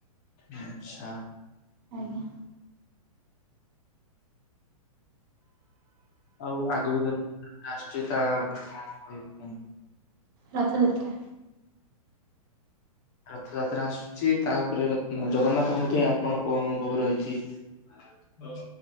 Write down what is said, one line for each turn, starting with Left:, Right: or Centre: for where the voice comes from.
Left: ଆଚ୍ଛା।
Right: ଆଜ୍ଞା।
Left: ଆଉ ଆଗକୁ କେତ୍ ଆସୁଛି ତା ଉପରେ କଣ କହିବୁ କୁହନ୍ତୁ?
Right: ରଥ ଯାତ୍ରା।
Left: ରଥଯାତ୍ରା ଆସୁଛି ତା ଉପରେ ରଥ ଜଗନ୍ନାଥଙ୍କ ପ୍ରତି ଆପଣଙ୍କ କଣ ଅନୁଭବ ରହିଛି? ଆଛ।